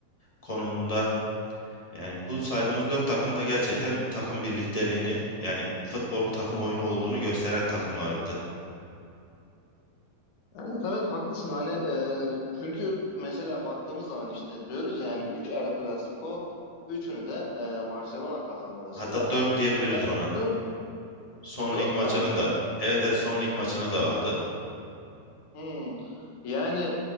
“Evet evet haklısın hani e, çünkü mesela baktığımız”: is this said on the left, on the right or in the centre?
Left